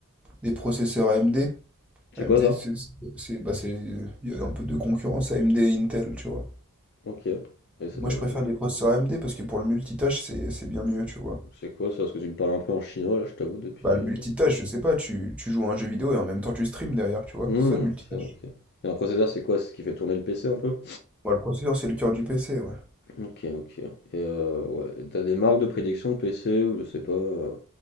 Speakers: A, in the centre; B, on the left.
A: des processeurs AMD.
B: C'est
A: AMD,
B: quoi
A: c'est,
B: ça?
A: c'est- bah, c'est- il y a un peu de concurrence AMD et Intel, tu vois.
B: Ok. Et ça,
A: Moi,
B: euh,
A: je préfère les processeurs AMD parce que pour le multitâche, c'est c'est bien mieux, tu vois.
B: c'est quoi ça? Parce que tu me parles un peu en chinois là, je t'avoue, depuis...
A: Bah, le multitâche, je sais pas, tu, tu joues à un jeu vidéo et en même temps tu stream derrière, tu vois.
B: Hum,
A: C'est ça le multitâche.
B: ok, ok. Et un processeur, c'est quoi? C'est ce qui fait tourner le PC un peu?
A: moi le processeur, c'est le cœur du PC, ouais.
B: OK, OK. Et heu, ouais, et tu des marques de prédilection de PC ou je sais pas, heu?